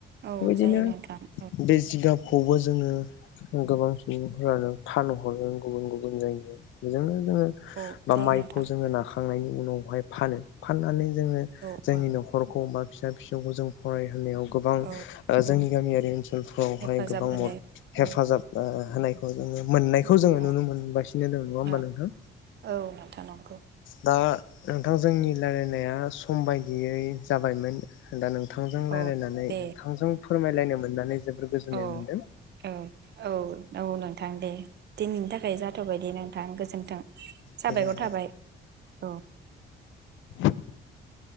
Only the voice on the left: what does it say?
बिदिनो
बे जिगाब खौबो जोंङो गोबां सुबुंफ्रानो फाननोहरो गुबुन गुबुन जायगायाव बेजोंनो ओ
माइखौ
जोंङो नाखांनायनि उनावहाय फानो फाननानै जोङो
जोंनि
नखरखौ बा फिसा फिसौखौ जों फरायहोनायाव गोबां
ओ
जोंनि गामियारि ओनसोलफोरावहाय
गोबांद
हेफाजाब
ओ होनायखौ जोंङो मोननायखौ जोङो
नुनो मोनगासिनो दङ नङा होमबा
नोंथां
दा नोंथांजों जोंनि रायलायनाया सम बायदियै जाबायमोन दा नोंथांजों रायज्लायनानै
नोंथांजों फोरमायलायनो मोननानै जोबोर गोजोननाय
मोनदों।
गोजोनथों
<unintelligible>